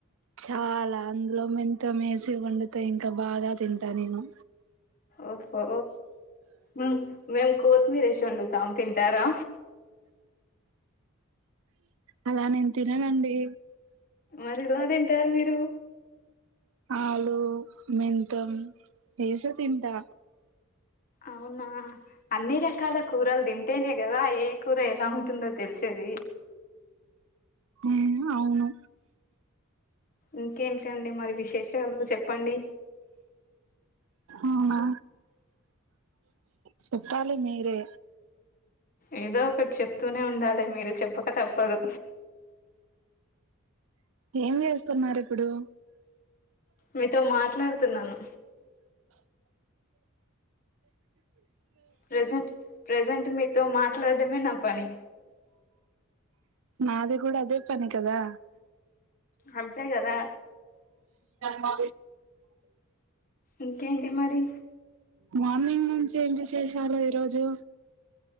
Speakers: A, on the right (about 65°); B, on the left (about 40°).
A: చాలా అందులో మెంతం ఏసి వండుతే ఇంకా బాగా తింటా నేను.
B: ఓహో ఊ మేమ్ కోత్మీర్ ఏష్ వండుతామ్ తింటారా.
A: అలా నేన్ తిననండి.
B: మరెలా తింటారు మీరు.
A: ఆలూ, మెంతం ఏసే తింటా
B: అవునా! అన్ని రకాల కూరల్ తింటేనే గదా ఏ ఏ కూర ఎలా ఉంటుందో తెలిసేది.
A: <unintelligible> అవును
B: ఇంకేంట్ టండి మరి విశేషాలు చెప్పండి.
A: అవునా చెప్పాలి మీరే
B: ఏదో ఒకటి చెప్తూనే ఉండాలి మీరు చెప్ ప్పక తప్పదు
A: ఏం చేస్తున్నారు ఇప్పుడూ
B: మీతో మాట్లాడుతున్నాను. ప్రజెంట్, ప్రజెంట్ మీతో మాట్లాడడమే నా పని.
A: నాదే గూడా అదే పని కదా.
B: అంతే గదా
A: మా
B: ఇంకేంటి మరి
A: మార్నింగ్ నుంచి ఏంచి చేసారు ఈరోజు